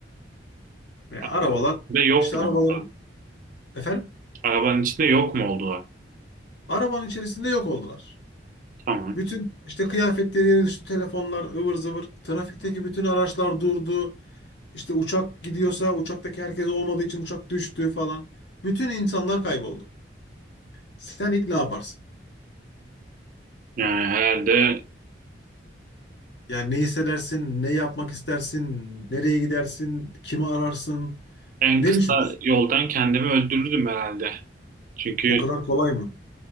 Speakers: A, on the left (about 70°); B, on the right (about 45°).
A: Ve
B: Arabanın
A: arabalar
B: içinde yok
A: işte
B: mu
A: arabaların
B: oldular?
A: efendim
B: Arabanın içinde yok mu oldular?
A: arabanın içerisinde yok oldular.
B: Tamam.
A: Bütün işte kıyafetleri yere düştü, telefonlar ıvır zıvır, trafikteki bütün araçlar durdu. İşte uçak gidiyorsa uçaktaki herkes olmadığı için uçak düştü falan. Bütün insanlar kayboldu. Sen ilk ne yaparsın?
B: Yani herhalde
A: Yani ne hissedersin, ne yapmak istersin, nereye gidersin, kimi ararsın,
B: en
A: ne
B: kısa
A: düşünürsün?
B: yoldan kendimi öldürürdüm herhalde. Çünkü
A: O kadar kolay mı?